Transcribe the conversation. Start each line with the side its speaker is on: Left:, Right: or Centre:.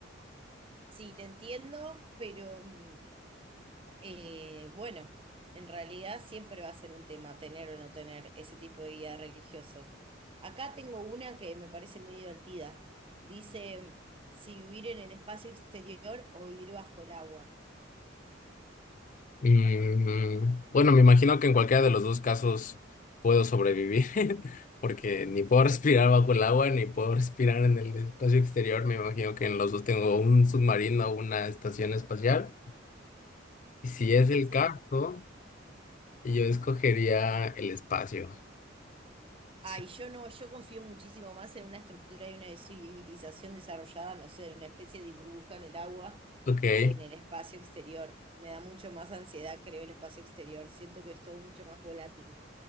Right: Sí, te entiendo, pero mm, eh, bueno, en realidad siempre va a ser un tema tener o no tener ese tipo de guía religioso. Acá tengo una que me parece muy divertida. Dice, mm, si vivir en el espacio exterior o vivir bajo el agua.
Left: Mm, bueno, me imagino que en cualquiera de los dos casos puedo sobrevivir, <laughs> porque ni puedo respirar bajo el agua, ni puedo respirar en el espacio exterior. Me imagino que en los dos tengo un submarino o una estación espacial. Y si es el
Right: Sí.
Left: caso, yo escogería el espacio.
Right: Ay,
Left: Sí,
Right: yo no, yo confío muchísimo más en una estructura y una civilización desarrollada, no sé, en una especie de burbuja en el agua
Left: ok.
Right: que en el espacio exterior. Me da mucho más ansiedad, creo, el espacio exterior. Siento que es todo mucho más volátil.